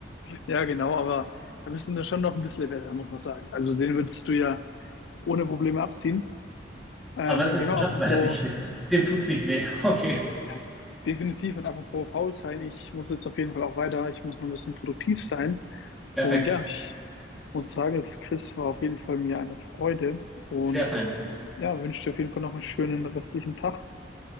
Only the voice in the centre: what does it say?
Aber <laughs>
ja,
weil er sich, <laughs> dem tut's nicht weh. <laughs> Okay,
perfekt.
Sehr fein.